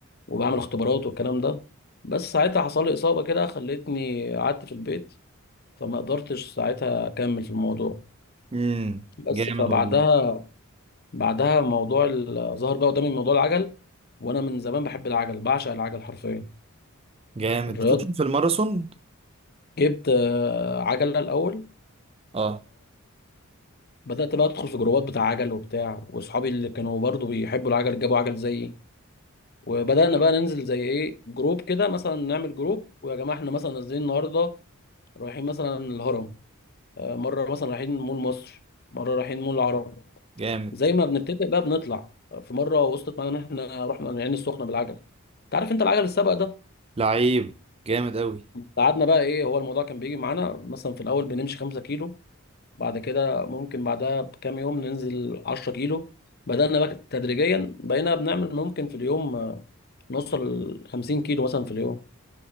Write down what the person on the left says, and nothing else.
وبعمل اختبارات والكلام ده بس ساعتها حصل لي إصابة كده خلتني قعدت في البيت فما قدرتش ساعتها أكمل في الموضوع
بس
فبعدها
بعدها موضوع ال- ظهر بقى قدامي موضوع العجل وأنا من زمان بحب العجل بعشق العجل حرفيا
الرياض
جبت آه، عجلة الأول
بدأت بقى أدخل في جروبات بتاع عجل وبتاع وأصحابي اللي كانوا برضو بيحبوا العجل جابوا عجل زيي وبدأنا بقى ننزل زي إيه جروب كده مثلا نعمل جروب ويا جماعة إحنا مثلا نازلين النهاردة رايحين مثلا الهرم آه، مرة مثلا رايحين مول مصر مرة رايحين مول العرب
زي ما بنتفق بقى بنطلع في مرة وصلت معانا إن إحنا رحنا العين السخنة بالعجل أنت عارف أنت العجل السبق ده
قعدنا بقى إيه هو الموضوع كان بيجي معانا مثلا في الأول بنمشي 5 كيلو بعد كده ممكن بعدها بكام يوم ننزل 10 كيلو بدأنا بقى تدريجيا بقينا بنعمل ممكن في اليوم آه، نوصل ل 50 كيلو مثلا في اليوم